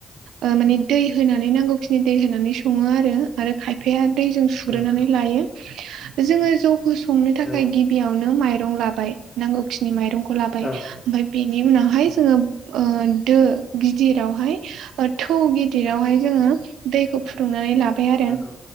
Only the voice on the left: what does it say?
नंगौ
औ
औ
नंगौ